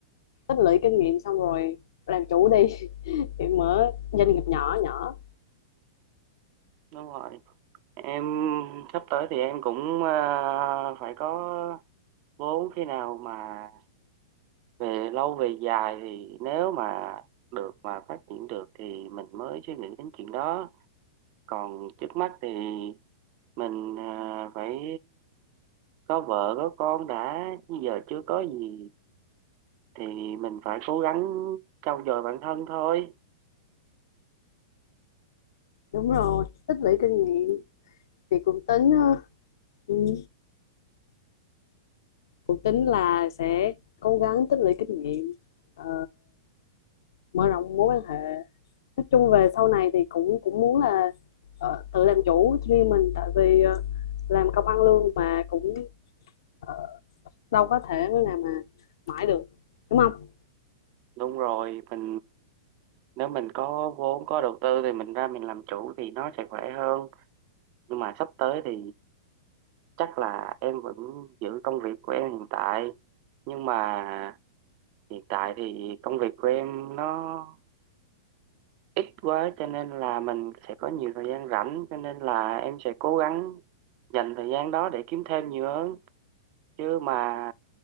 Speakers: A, on the left; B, on the right.
A: tích lũy kinh nghiệm xong rồi làm chủ đi, <laughs> thì mở doanh nghiệp nhỏ nhỏ.
B: đúng rồi em sắp tới thì em cũng ờ, phải có vốn khi nào mà về lâu về dài thì nếu mà được mà phát triển được thì mình mới suy nghĩ đến chuyện đó còn trước mắt thì mình ờ, phải có vợ có con đã bây giờ chưa có gì thì mình phải cố gắng trau dồi bản thân thôi
A: Đúng rồi, tích lũy kinh nghiệm thì cũng tính ờ, ừm, cũng tính là sẽ cố gắng tích lũy kinh nghiệm, ờ, mở rộng mối quan hệ. Nói chung về sau này thì cũng cũng muốn là ờ, tự làm chủ riêng mình tại vì ờ, làm công ăn lương mà cũng ờ, đâu có thể nào mà mãi được đúng không
B: đúng rồi mình nếu mình có vốn có đầu tư thì mình ra mình làm chủ thì nó sẽ khỏe hơn nhưng mà sắp tới thì chắc là em vẫn giữ công việc của em hiện tại nhưng mà hiện tại thì công việc của em nó ít quá cho nên là mình sẽ có nhiều thời gian rảnh cho nên là em sẽ cố gắng dành thời gian đó để kiếm thêm nhiều hơn chứ mà